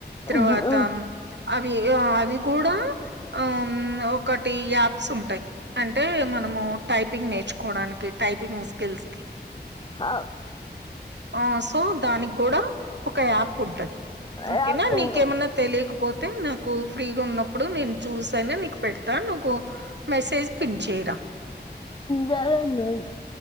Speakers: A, on the right; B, on the left.
A: తర్వాత
B: మ్మ్
A: అవి అవి కూడా. ఆ ఒకటి యాప్స్ ఉంటాయి అంటే మనము టైపింగ్ నేర్చుకోవడానికి టైపింగ్ స్కిల్స్ కి
B: అ
A: ఆ సో దానికి కూడా ఒక యాప్ ఉంటది ఓకేనా
B: రాత్రండి
A: నీకేమన్నా తెలియకు పోతే నాకు ఫ్రీగా ఉన్నప్పుడు నేను చూసి అయినా నీకు పెడతా నాకు మెసేజ్ పిన్ చే
B: సరే మేడం